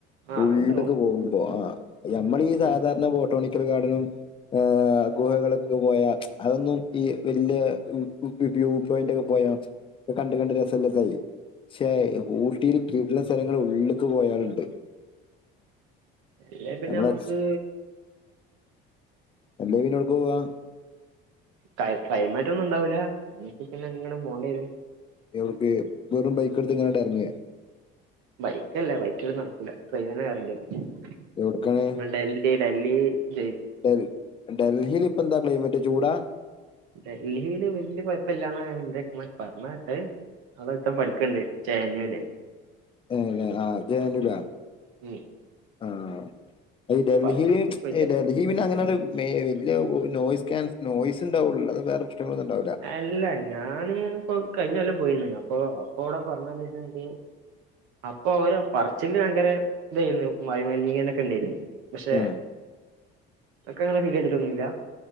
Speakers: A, on the right; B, on the left.
A: ആ
B: ഉള്ളില്ട്ട്ക്ക്
A: അത്ണ്ടാവും
B: പോകുമ്പോ ആഹ് ഞമ്മള് ഈ സാധാരണ
A: ഉം
B: ബോട്ടാണിക്കൽ ഗാർഡനും ആഹ് ഗുഹകള് <unintelligible> പോയാ അതൊന്നും ഈ വലിയ വ്യൂ വ് വ്യൂ പോയിന്റ് ഒക്കെ പോയാ ഇപ്പ കണ്ട് കണ്ട് രസല്ലത്തായി. ക്ഷേ ഊട്ടിയില് <unintelligible> സ്ഥലങ്ങൾ ഉള്ളേക്ക് പോയാലുണ്ട്.
A: അല്ലെ പിന്നെ
B: നമ്മളെ
A: നമ്മുക്ക്
B: അല്ലേ എല്ലേ പിന്നെ എട്ക്കോ വാ?
A: കയ് പെയ്മെൻറ് ഒന്നും ഉണ്ടാവൂല പിന്നെ ഇങ്ങനെ പോണ്ടി രും.
B: എവ്ട്ക്ക് വെറും ബൈക്ക്ട്ത്ത് ക്കാണ്ട് എർങ്ങേ?
A: ബൈക്കല്ല ബൈക്ക് ൽ നടക്കൂല ട്രെയിന് ന്നെ കേറണ്ടി രും
B: എവിടക്കാണ്
A: <unintelligible> ഈ ഡല്ലി ടെ
B: ഡ ഡൽഹിൽ ഇപ്പ എന്താ ക്ലൈമറ്റ് ചൂടാ?
A: ഡൽഹില് വല്യ കൊഴപ്പല്ലാന്ന ഇൻ്റെമാ പർഞ്ഞ ട്ടേ. അഒടെ ഒര്ത്തൻ പഠിക്ക്ണ്ട് ജാനുവല്.
B: ഏഹ് <unintelligible>
A: ഉം
B: ആഹ് ഈ
A: അവൻ
B: ഡൽഹിൽ
A: പറയണ വല്യ
B: ഇ ഡൽഹി പിന്നെ അങ്ങനാണ്ട് വേ ല്ല നോയ്സ്കാൻ നോയിസ് ണ്ടാവുള്ളൂ അല്ലാതെ വേറെ പ്രശ്നങ്ങളൊന്നും ണ്ടാവുല.
A: എല്ല ഞാന് പ്പം കഴിഞ്ഞ കൊല്ലം പോയിന്ന് അപ്പൊ അപ്പൊ വടെ പറഞ്ഞന്ന് <unintelligible> അപ്പൊ അവര പറച്ചില്ല് ഭയങ്കര തായിരുന്നു വായ മലിനീകരണക്കെ ണ്ടായിരുന്നു. പക്ഷെ
B: ആഹ്
A: ഒക്കെ അങ്ങനെ ഫീല് ചെയ്തിട്ടൊന്നുംല്ല.